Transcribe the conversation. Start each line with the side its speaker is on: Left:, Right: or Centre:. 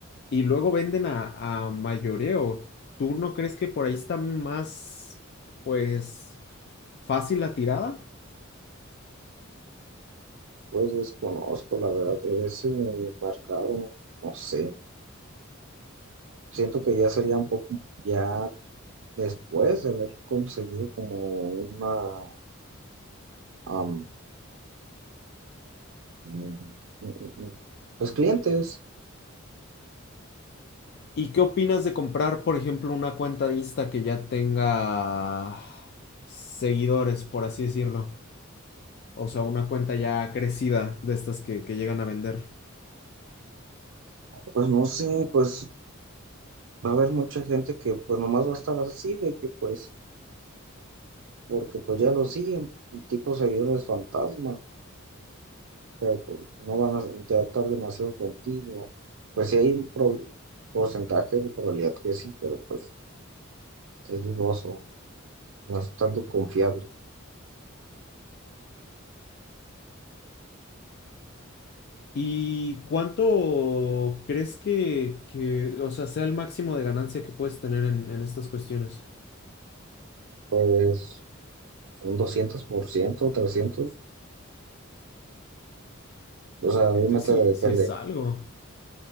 Left: y luego venden a, a mayoreo. ¿Tú no crees que por ahí está más, pues, fácil la tirada?
Right: pues desconozco la verdad, ese mercado, no sé. siento que ya sería un poco, ya después de haber conseguido como una, am, un- un- un- pues clientes,
Left: ¿Y qué opinas de comprar, por ejemplo, una cuenta de Insta que ya tenga seguidores, por así decirlo? O sea, una cuenta ya crecida de estas que, que llegan a vender.
Right: pues no sé, pues va a haber mucha gente que pues nomás va a estar así de que pues, porque pues ya lo siguen, tipo seguidores fantasma, pero pues no van a interactuar demasiado contigo. Pues sí hay un pro- porcentaje de probabilidad que sí, pero pues es dudoso, no es tanto confiable.
Left: ¿Y cuánto crees que, que, o sea, sea el máximo de ganancia que puedes tener en, en estas cuestiones?
Right: Pues un 200%, 300%, o sea, obviamente
Left: Entonces, sí,
Right: depende.
Left: sí es algo.